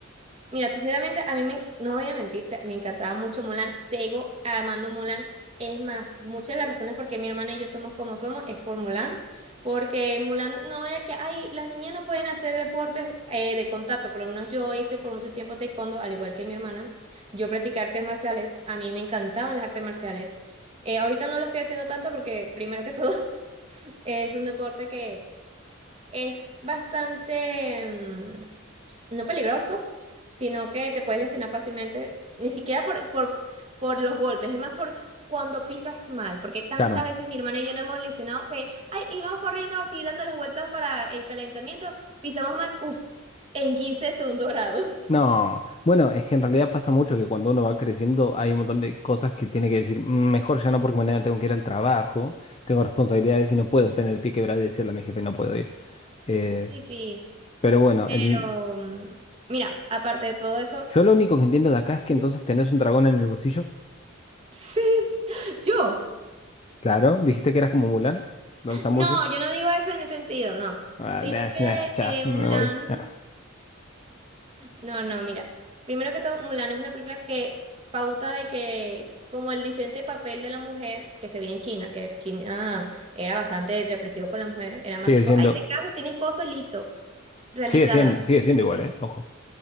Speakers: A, on the right (about 30°); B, on the left (about 30°).
A: Mira, sinceramente, a mí me, no voy a mentirte, me encantaba mucho Mulan, sigo amando Mulan. Es más, muchas de las razones por qué mi hermana y yo somos como somos es por Mulan, porque Mulan no era que, ay, las niñas no pueden hacer deportes eh, de contacto, por lo menos yo hice por mucho tiempo taekwondo, al igual que mi hermana. Yo practiqué artes marciales, a mí me encantaban las artes marciales. Eh, ahorita no lo estoy haciendo tanto porque, primero que todo, <laughs> Es un deporte que es bastante, mm, no peligroso, sino que te puedes lesionar fácilmente, ni siquiera por, por, por los golpes, es más por cuando pisas mal, porque tantas
B: Claro.
A: veces mi hermana y yo nos hemos lesionado que, ay, íbamos corriendo así, dando las vueltas para el calentamiento, pisamos mal, uff, en quince de segundo grado. <laughs>
B: No, bueno, es que en realidad pasa mucho que cuando uno va creciendo hay un montón de cosas que tiene que decir, "Mm, mejor ya no porque mañana tengo que ir al trabajo, tengo responsabilidades y no puedo tener el pie quebrado y decirle a mi jefe no puedo ir. Eh,
A: Sí, sí,
B: pero bueno,
A: pero
B: el-
A: mm, mira, aparte de todo eso...
B: yo lo único que entiendo de acá es que
A: ¿Mm?
B: entonces tenés un dragón en el bolsillo.
A: Sí, <laughs> yo.
B: Claro, dijiste que eras como Mulan. ¿Dónde está Mushu?
A: No, yo no digo eso en ese sentido, no.
B: Ah,
A: Sino
B: nah,
A: que
B: nah, chao,
A: eh,
B: me
A: Mulan,
B: voy. No.
A: no, no, mira. Primero que todo, Mulan es una película que pauta de que como el diferente papel de la mujer que se veía en China, que China era bastante represivo con la mujer, era más
B: Sigue
A: tipo,
B: siendo,
A: ay, te casas, tienes esposo y listo, realizada.
B: sigue siendo, sigue siendo igual, ¿eh? Ojo.